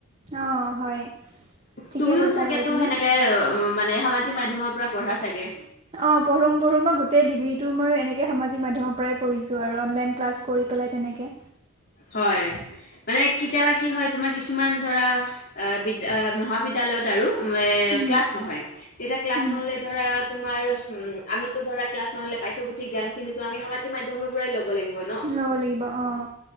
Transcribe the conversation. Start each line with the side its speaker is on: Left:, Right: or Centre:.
Right: অঁ হয় ঠিকে
Left: তুমিও
Right: কৈছা
Left: চাগেতো
Right: বাৰু তুমি
Left: সেনেকে উম মানে সামাজিক মাধ্যমৰ পৰা পঢ়া চাগে
Right: অঁ পঢ়ো পঢ়ো মই গোটেই ডিগ্ৰীটো মই এনেকে সামাজিক মাধ্যমৰ পৰাই পঢ়িছোঁ আৰু অনলাইন ক্লাছ কৰি পেলাই তেনেকে
Left: হয় মানে কেতিয়াবা কি হয় তোমাৰ কিছুমান ধৰা আহ বিদ্যা মহাবিদ্যালয়ত আৰো এ
Right: উম
Left: ক্লাছ নহয় তেতিয়া ক্লাছ
Right: উম
Left: নহলে ধৰা তোমাৰ উম আমিতো ধৰা ক্লাছ নহ'লে পাঠ্যপুথি জ্ঞানখিনিটো আমি সামাজিক মাধ্যমৰ পৰাই লব লাগিব ন?
Right: লব লাগিব অঁ